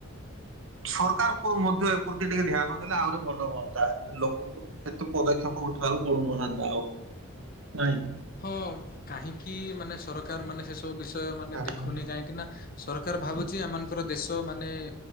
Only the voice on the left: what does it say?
ହଁ କାହିଁକି ମାନେ ସରକାର ମାନେ ସେ ସବୁ ବିଷୟ ମାନେ
ଦେଖୁନି କାହିଁକି ନା ସରକାର ଭାବୁଛି ଏମାନଙ୍କର ଦେଶ ମାନେ